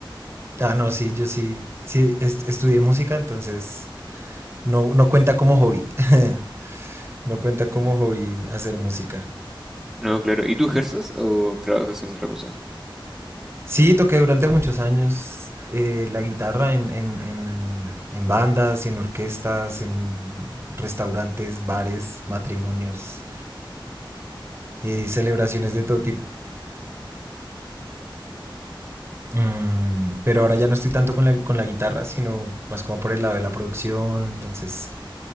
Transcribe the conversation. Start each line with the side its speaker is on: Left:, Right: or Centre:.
Right: Ah, no, sí, yo sí. Sí, est- estudié música, entonces No, no cuenta como hobby. <laughs> No cuenta como hobby hacer música.
Centre: No, claro. ¿Y tú ejerces o trabajas en otra cosa?
Right: Sí, toqué durante muchos años eh, la guitarra en, en, en, en bandas, en orquestas, en restaurantes, bares, matrimonios y celebraciones de todo tipo. Mm, pero ahora ya no estoy tanto con la, con la guitarra, sino más como por el lado de la producción. Entonces